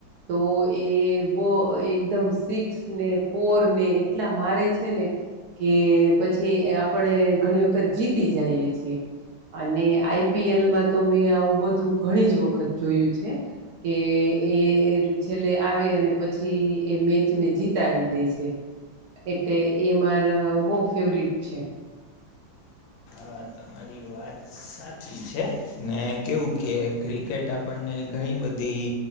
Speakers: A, on the right; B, on the left.
A: તો એ બહુ એકદમ સિક્સ ને ફોર ને એટલા મારે છે ને કે પછી આપણે ઘણી વખત જીતી જઈએ છીએ અને આઈપીએલમાં તો મેં આવું બધું ઘણી જ વખત જોયું છે. કે એ છેલ્લે આવે અને પછી એ મેચ ને જીતાડી દે છે એટલે એ માર બહુ ફેવરિટ છે
B: અ તમારી વાત સાચી છે ને કેવું કે ક્રિકેટ આપણને ઘણી બધી